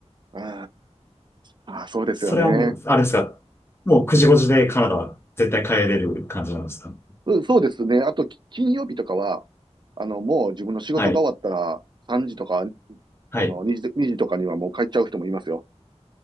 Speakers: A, on the right; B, on the left.
A: うーん。あーそうですよね。
B: それはもう、あれですか。もう9時5時でカナダは絶対帰れる感じなんですか
A: うん、そうですね。あと、き金曜日とかは、あの、もう自分の仕事が終わったら、
B: はい。
A: 3時とか、
B: はい。
A: あの、2時、2時とかにはもう帰っちゃう人もいますよ。